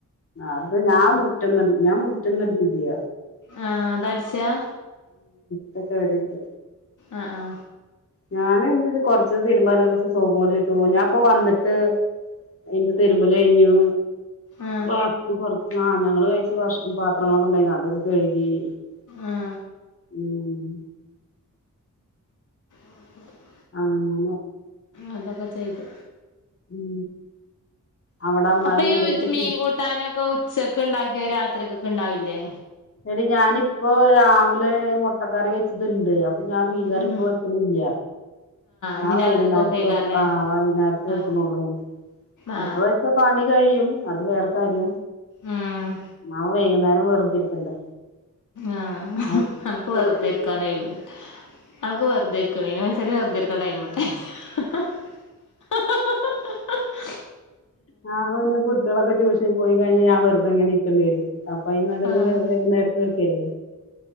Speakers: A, on the left (about 45°); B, on the left (about 75°).
A: അത് ഞാൻ മുറ്റം ഞാൻ മുറ്റൊന്നും അടികില്ല
B: ആ അത് അടിച്ചതാ
A: ക്കെ വണ്ട്
B: ആ ആ
A: ഞാന്ത് കൊറച്ച് തിരുമ്പലാലത് സോപ്പ് പോടിയിട്ട് ഞാൻപ്പ വന്നട്ട് അതിന്റെ തിരുമ്പല കഴിഞ്ഞു
B: ആ
A: ആഹ് ഞങ്ങൾ കഴിച്ച പാത്രങ്ങളൊക്കെ ഉണ്ടായിരുന്നു അതൊക്കെ കഴുകി മം
B: ആ <inaudible>
A: ആങ്ങനെ
B: അതൊക്കെ ചെയ്തു
A: ഉം അവിടെ അമ്മായിമ്മ
B: അപ്പൊ ഈ
A: എന്തേലൊക്കെ
B: മീൻ കൂട്ടാനൊക്കെ ഉച്ചൊക്കെ ഉണ്ടാക്കിയത് രാത്രിക്കൊക്കെ ഉണ്ടാവില്ലേ
A: എടി ഞാനിപ്പോ രാവിലെ മുട്ടക്കറി വെച്ചത് ഉണ്ട് അപ്പോ ഞാൻ മീൻകറി
B: ഉം
A: ഇപ്പോ വെക്കല് ഇല്ല
B: ഇനി
A: ആ വൈകുന്നേരത്ത്
B: രാത്രിക്കൊക്കെ ആയിക്കാരല്ലേ
A: വെക്കും ആ വൈകുന്നേരത്തെ വെക്കുന്നുള്ളൂ
B: ആ ആ
A: ഇപ്പ വെച്ച പണി കഴിയും അത് വേറെ കാര്യം
B: ഉം
A: ന്നാ വൈകുന്നേരം വെറുതെ ഇരിക്കണ്ടേ
B: ആ
A: ആ,
B: എനക്ക്
A: കുട്ടികള്-
B: വെറുതെ ഇരിക്കാൻഒഴിവ് എനക്ക് വെറുതെരിക്ക വെറുതെ ഇരിക്കാൻ ടൈം കിട്ടും ഹ ഹ ഹ ഹ ഹ ഹ
A: ആ അപ്പൊ പിന്നെ കുട്ടികളൊക്കെ ട്യൂഷൻ പോയി കഴിഞ്ഞാൽ ഞാൻ വെറുതെ എങ്ങനെ ഇരിക്കേണ്ടി വരും അപ്പംആനല്ലത്
B: ആ
A: വൈ വൈകുന്നേരത്ത് വെക്കല്ലേ